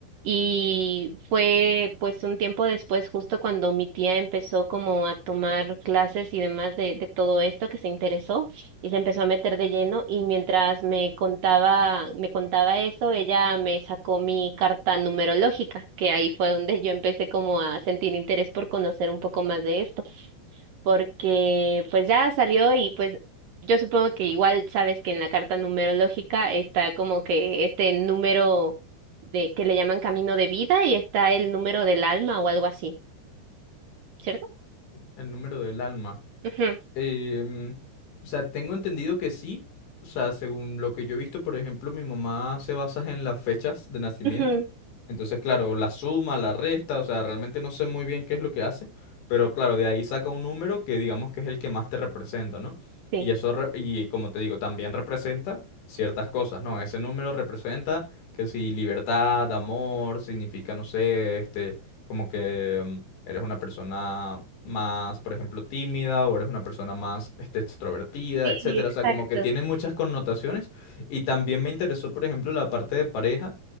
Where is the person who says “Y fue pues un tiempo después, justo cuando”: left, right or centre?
Right